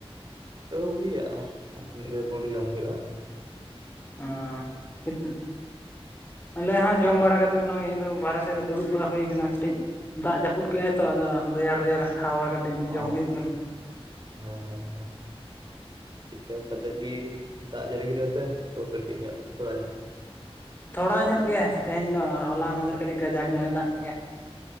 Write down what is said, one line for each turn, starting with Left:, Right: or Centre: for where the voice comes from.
Right: ᱟᱹᱣᱨᱤᱭᱟᱜ-ᱟ ᱢᱤᱫ ᱜᱷᱟᱹᱨᱤᱡ ᱯᱚᱨ ᱜᱮ ᱡᱚᱢ ᱦᱩᱭᱩᱜ-ᱟ᱾
Left: ᱟᱸ <unintelligible> ᱟᱞᱮ ᱦᱚᱸ ᱡᱚᱢ ᱵᱟᱲᱟ ᱠᱟᱛᱮ ᱱᱚᱜ-ᱚᱭ ᱵᱟᱨᱦᱮ ᱥᱮᱫ ᱨᱮ ᱫᱩᱲᱩᱵ ᱵᱟᱲᱟ ᱦᱩᱭ ᱠᱟᱱᱟ ᱠᱟᱹᱴᱤᱡ ᱫᱟᱜ ᱡᱟᱹᱯᱩᱫ ᱠᱮᱫ-ᱟᱭ ᱛᱚ ᱟᱫᱚ ᱨᱮᱭᱟᱲ ᱨᱮᱭᱟᱲ ᱦᱟᱣᱟ ᱠᱟᱹᱴᱤᱡ ᱡᱚᱢ
Right: ᱚ
Left: ᱦᱩᱭᱩᱜ ᱠᱟᱱᱟ᱾
Right: ᱦᱮᱸ ᱦᱮᱸ ᱦᱮᱸ ᱮᱠᱟᱞ ᱠᱟᱡᱟᱠ ᱜᱮ ᱫᱟᱜ ᱡᱟᱹᱲᱤ ᱠᱮᱫᱟ ᱥᱮ ᱛᱷᱚᱲᱟ ᱠᱟᱹᱴᱤᱡ ᱧᱚᱜ ᱛᱷᱚᱲᱟ ᱧᱚᱜ?
Left: ᱛᱷᱚᱲᱟ ᱧᱚᱜ ᱜᱮ ᱛᱮᱦᱮᱧ ᱫᱚ ᱦᱚᱞᱟ ᱢᱟᱸᱫᱷᱮᱨ ᱠᱟᱹᱴᱤᱡ ᱜᱟᱡᱟᱠ ᱧᱚᱜ-ᱮ ᱫᱟᱜ ᱠᱮᱜ-ᱟ᱾